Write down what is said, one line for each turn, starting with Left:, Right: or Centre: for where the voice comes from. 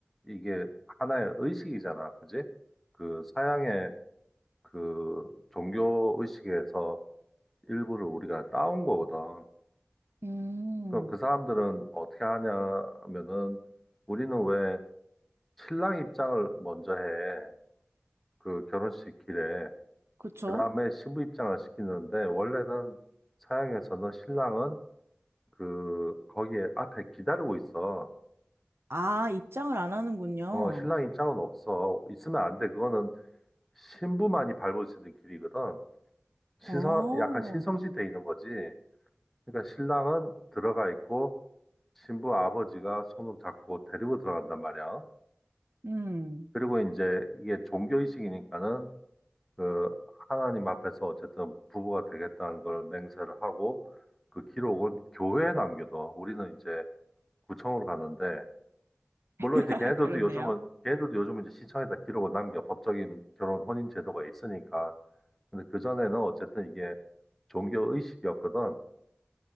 Centre: 이게 하나의 의식이잖아. 그지? 그 서양의 그 종교 의식에서 일부를 우리가 따온 거거든.
Right: 음,
Centre: 그럼 그 사람들은 어떻게 하냐면은 우리는 왜 신랑 입장을 먼저 해. 그 결혼식 길에.
Right: 그쵸?
Centre: 그 다음에 신부 입장을 시키는데 원래는 서양에서는 신랑은 그 거기에 앞에 기다리고 있어.
Right: 아, 입장을 안 하는군요.
Centre: 어, 신랑 입장은 없어. 있으면 안 돼. 그거는 신부만이 밟을 수 있는 길이거든. 신성,
Right: 어,
Centre: 약간 신성시 돼 있는 거지. 그러니까 신랑은 들어가 있고 신부 아버지가 손을 잡고 데리고 들어간단 말이야.
Right: 음,
Centre: 그리고 이제 이게 종교의식이니까는 그 하나님 앞에서 어쨌든 부부가 되겠다는 걸 맹세를 하고 그 기록은 교회에 남겨둬. 우리는 이제 구청으로 가는데 물론
Right: <laughs>
Centre: 이제 걔네들도
Right: 그렇네요.
Centre: 요즘은 걔네들도 요즘은 이제 시청에다 기록을 남겨 법적인 결혼 혼인 제도가 있으니까. 근데 그전에는 어쨌든 이게 종교의식이었거든.